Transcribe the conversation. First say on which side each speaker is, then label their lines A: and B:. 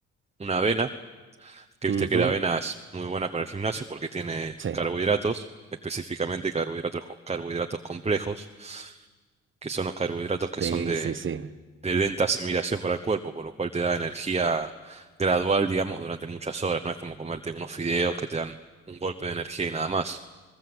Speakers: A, on the right (about 20°); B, on the right (about 40°).
A: una avena, que viste
B: Ujú,
A: que la avena es muy buena para el gimnasio porque tiene
B: Sí,
A: carbohidratos, específicamente carbohidratos, co- carbohidratos complejos, que son los carbohidratos que
B: sí,
A: son de
B: sí, sí.
A: de lenta asimilación para el cuerpo, por lo cual te da energía gradual, digamos, durante muchas horas. No es como comerte unos fideos que te dan un golpe de energía y nada más.